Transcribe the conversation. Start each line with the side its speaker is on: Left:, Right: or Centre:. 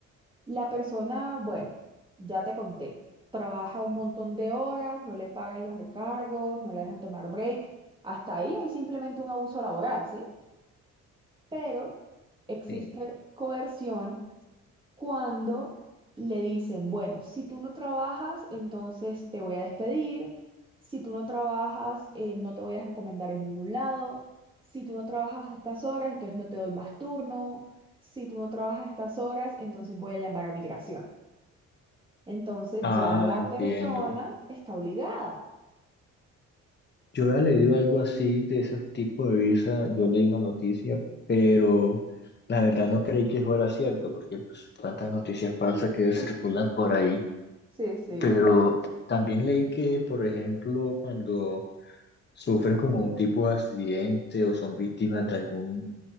Right: la persona, bueno, ya te conté, trabaja un montón de horas, no le pagan los recargos, no le dejan tomar break. Hasta ahí hay simplemente un abuso laboral, ¿sí? Pero existe
Left: Sí,
Right: coerción cuando le dicen, bueno, si tú no trabajas, entonces te voy a despedir, si tú no trabajas, eh, no te voy a recomendar en ningún lado, si tú no trabajas estas horas, entonces no te doy más turno, si tú no trabajas estas horas, entonces voy a llamar a migración. Entonces
Left: Ah,
Right: ya la
Left: entiendo.
Right: persona está obligada.
Left: Yo había leído algo así de ese tipo de visa, yo leí una noticia, pero la verdad no creí que fuera cierto, porque pues tantas noticias falsas
Right: <laughs>
Left: que circulan por ahí.
Right: Sí, sí.
Left: Pero también leí que, por ejemplo, cuando sufren como un tipo de accidente o son víctimas de algún,